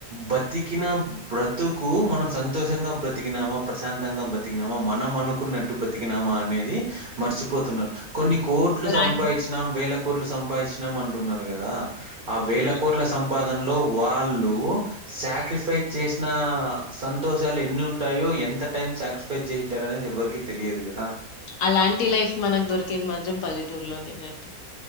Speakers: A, on the right; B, on the left.
A: బతికిన బ్రతుకు మనం సంతోషంగా బ్రతికినామా, ప్రశాంతంగా బతికినామా మనం మనుకున్నట్టు బతికినామా అనేది మర్చిపోతున్నారు. కొన్ని కోట్లు
B: అలాం
A: సంపాదించిన వేల కోట్లు సంపాదించినాం అంటున్నారు కదా. ఆ వేల
B: హ్మ్.
A: కోట్ల సంపా దన్లో వాళ్ళు సాక్రిఫైస్ చేసిన సంతోషాలు ఎన్ని ఉంటాయో ఏ ఎంత టైం సాక్రిఫైస్ చేయితర్ అని ఎవరికీ తెలియదు కదా.
B: అలాంటి లైఫ్ మనకు దొరికేది మాత్రం పల్లెటూరులోనేనండి.